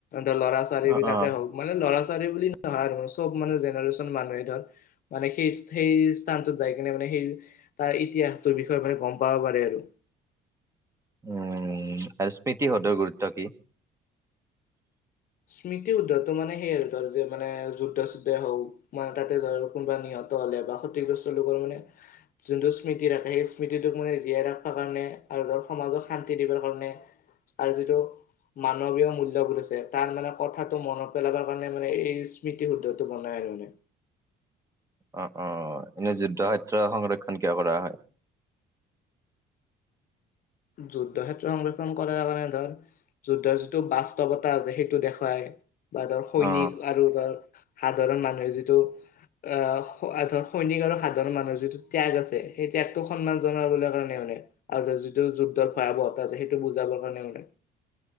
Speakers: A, on the left; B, on the right.
A: ত লৰা ছোৱালী
B: অ
A: বিলাকে
B: অ
A: হওক মানে ল'ৰা ছলী বুলি নহয় আৰু চব মানে জেনেৰেচন মানুহে ধৰ মানে সেই সেই স্থানটোত যাই কিনে মানে সেই তাৰ ইতিহাস টোৰ বিষয়ে মানে গম পাৱ প আৰু
B: উম আৰু স্মৃতি সদৰ গুৰুত্ব কি
A: স্মৃতি শুদ্ধটো মানে সেইয় আৰু তাৰ যে মানে যুদ্ধা চুদ্ধে হওক মানে তাতে ধৰ কোনোবা নিহত হলে বা ক্ষতিগ্ৰস্ত লোকৰ মানে যোনটো স্মৃতি ৰাখে সেই স্মৃতিটোক মানে জীয়াই ৰাখিবা কাৰণে আৰু ধৰ সমাজক শান্তি দিবাৰ কাৰণে আৰু যিটো মানৱীয় মূল্্য বুলিছে তাৰ মানে কথাটো মনত পেলাব কাৰণে মানে এই স্মৃতি শুদ্ধটো বনাই আৰু মানে
B: অ অ এনে যুদ্ধ সত্ৰ সংৰক্ষণ কিয় কৰা হয়
A: যুদ্ধ ক্ষেত্ৰ সংৰক্ষণ কৰাৰ কাৰণে ধৰ যুদ্ধৰ যিটো বাস্তৱতা আছে সেইটো দেখুৱাই বা ধৰ সৈনিক
B: অ
A: আৰু ধৰ সাধাৰণ মানুহে যিটো আহৰ সৈনিক আৰু সাধাৰণ মানুহৰ যিটো ত্যাগ আছে সেই ত্যাগটোক সন্মান জনাব কাৰণে মানে আৰু যিটো যুদ্ধৰ ভয়াৱহতা আছে সেইটো বুজাবৰ কাৰণে মে